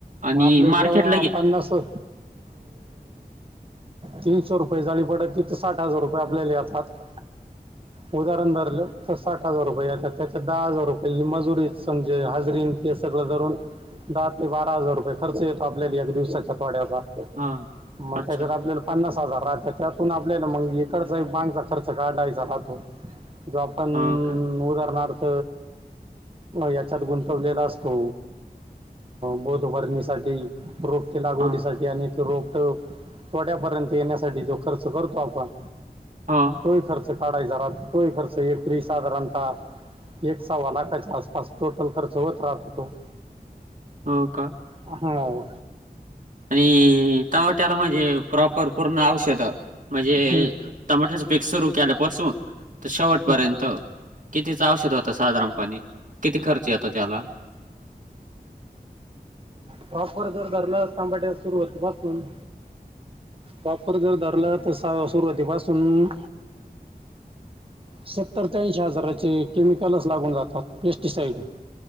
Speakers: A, on the right; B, on the right.
A: आणि
B: मग आपल्याला
A: मार्केटला
B: जेव्हा
A: गे
B: पन्नास हो. तीनशे रुपये जाळी पडती तिथ साठ हजार रुपये आपल्याला येतात. उदाहरण धरलं तर साठ हजार रुपये येतात त्याच्यात दहा हजार रुपये ही मजुरी समजे हाजरीन ते सगळं धरून दहा ते बारा हजार रुपये खर्च येतो आपल्याला एक दिवसाच्या तोड्याचा.
A: हां.
B: मग
A: अच्छा.
B: त्याच्या आपल्याला पन्नास हजार राहत त्यातून आपल्याला मग इकडचा एक बांगचा खर्च काढायचा राहतो. जो आपन
A: हो का?
B: उदाहरणार्थ? याच्यात गुंतवलेला असतो बौध भरणीसाठी रोप ते लागवडीसाठी,
A: हां,
B: आणि ते रोप थोड्या पर्यंत येण्यासाठी जो खर्च करतो आपण.
A: हां.
B: तो ही खर्च काढायचा राहतो तोही खर्च एकत्र साधारणतः एक सवा लाखाच्या आसपा अस टोटल खर्च होत राहतो तो.
A: हो का?
B: हहम्म
A: आणि तमाट्याला म्हणजे प्रॉपर पूर्ण औषध म्हणजे
B: हं,
A: टमाट्याच पिक सुरू केल्यापासून तर शेवटपर्यंत
B: हं.
A: कितीच औषध होत साधारणपणी, किती खर्च येतो त्याला?
B: प्रॉपर जर धरल तर टमाट्या सुरुवती पासून प्रॉपर जर धरल तर साव सुरुवातीपासून सत्तर ते ऐंशी हजाराचे केमिकलच लागून जातात पेस्टिसाईड